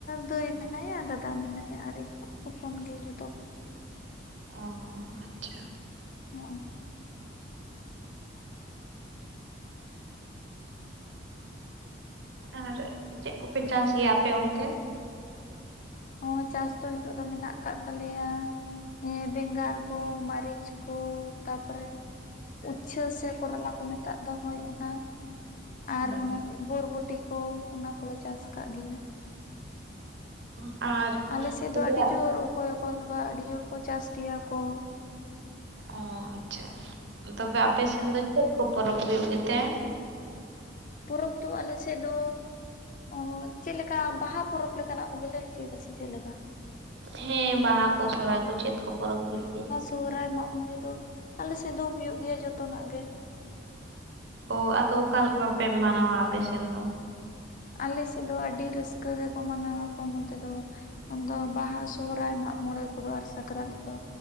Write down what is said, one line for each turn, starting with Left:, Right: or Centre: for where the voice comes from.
Left: ᱫᱟᱹᱭ ᱢᱮᱱᱟᱭᱼᱟ ᱫᱟᱫᱟ ᱢᱮᱱᱟᱭᱼᱟ ᱟᱨ ᱤᱧ ᱫᱚ ᱦᱚᱯᱚᱱ ᱜᱮᱹᱭᱟ ᱡᱷᱚᱛᱚ᱾
Right: ᱚ ᱟᱪᱪᱷᱟ᱾
Left: ᱠᱷᱚᱱ᱾ <inaudible>
Right: ᱟᱨ ᱪᱮᱫ ᱠᱚᱸᱯᱮ ᱪᱟᱥ ᱜᱮᱭᱟ ᱟᱸᱯᱮ ᱚᱱᱛᱮ?
Left: ᱦᱚᱸ ᱪᱟᱥ ᱫᱚ ᱱᱤᱛᱚᱜ ᱫᱚ ᱢᱮᱱᱟᱹᱜ ᱠᱟᱫ ᱛᱟᱞᱮᱭᱟ᱾ ᱦᱮᱸ ᱵᱮᱸᱜᱟᱲ ᱠᱚ ᱢᱟᱹᱨᱤᱪ ᱠᱚ ᱛᱟᱨᱯᱚᱨᱮ ᱩᱪᱪᱷᱟᱹ ᱥᱮ ᱠᱚᱨᱚᱞᱟ ᱠᱚ ᱢᱮᱛᱟᱹᱜ ᱫᱚ ᱦᱳᱭ ᱚᱱᱟ᱾
Right: ᱦᱮᱸ
Left: ᱟᱨ ᱚᱱᱮ ᱵᱚᱨᱵᱚᱴ ᱠᱚ ᱚᱱᱟ ᱠᱚᱞᱮ ᱪᱟᱥ ᱠᱟᱜ ᱜᱮᱭᱟ᱾
Right: ᱚ᱾ ᱟᱨ
Left: ᱟᱸᱞᱮᱥᱮᱫ
Right: ᱛᱚᱵᱮ
Left: ᱫᱚ ᱟᱹᱰᱤ ᱡᱳᱨ ᱚᱠᱚᱸᱭ ᱚᱠᱚᱸ ᱠᱚᱫᱚ ᱟᱹᱰᱤ ᱡᱳᱨ ᱠᱚ ᱪᱟᱥ ᱜᱮᱹᱭᱟ ᱠᱚ᱾
Right: ᱚ ᱟᱪᱪᱷᱟ ᱛᱚᱵᱮ ᱟᱸᱯᱮ ᱥᱮᱱ ᱫᱚ ᱪᱮᱫ ᱠᱚ ᱯᱚᱨᱚᱵᱽ ᱦᱩᱭᱩᱹᱜ ᱜᱮᱛᱮ?
Left: ᱯᱚᱨᱚᱵᱽ ᱫᱚ ᱟᱞ ᱥᱮᱫ ᱫᱚ ᱚ ᱪᱮᱫ ᱞᱮᱠᱟ ᱵᱟᱦᱟ ᱯᱚᱨᱚᱵᱽ ᱞᱮᱠᱟᱱᱟᱼᱜ ᱠᱚᱵᱤᱱ ᱞᱟᱹᱭ ᱦᱚᱪᱚᱭᱹᱫᱟ ᱥᱮ ᱪᱮᱫᱹᱞᱮᱠᱟ?
Right: ᱦᱮᱸ ᱵᱟᱦᱟ ᱠᱚ ᱥᱚᱨᱦᱟᱹᱭ ᱠᱚ ᱪᱮᱫ ᱠᱚ ᱯᱚᱨᱚᱵᱽ ᱦᱩᱭᱩᱹᱜ ᱜᱮᱭᱟ?
Left: ᱥᱚᱦᱚᱨᱟᱹᱭ ᱢᱟᱜ ᱢᱚᱬᱮ ᱫᱚ ᱟᱸᱞᱮ ᱥᱮᱫ ᱫᱚ ᱦᱩᱭᱩᱹᱜ ᱜᱮᱹᱭᱟ ᱡᱷᱚᱛᱚᱸᱱᱟᱜ ᱜᱮ᱾
Right: ᱚ ᱟᱫᱚ ᱚᱠᱟ ᱞᱮᱠᱟᱹ ᱯᱮ ᱢᱟᱱᱟᱣᱼᱟ ᱟᱸᱯᱮ ᱥᱮᱱ ᱫᱚ?
Left: ᱟᱞᱮ ᱥᱮᱫ ᱫᱚ ᱟᱹᱰᱤ ᱨᱟᱹᱥᱠᱟᱹ ᱜᱮᱠᱚᱸ ᱢᱟᱹᱱᱟᱣᱟᱚ ᱱᱚᱛᱮ ᱫᱚ᱾ ᱟᱸᱫᱚ ᱵᱟᱦᱟ ᱥᱚᱨᱦᱟᱹᱭ ᱢᱟᱜ ᱢᱚᱬᱮ ᱠᱚᱫᱚᱹ ᱟᱨ ᱥᱟᱠᱨᱟᱛ ᱠᱚ᱾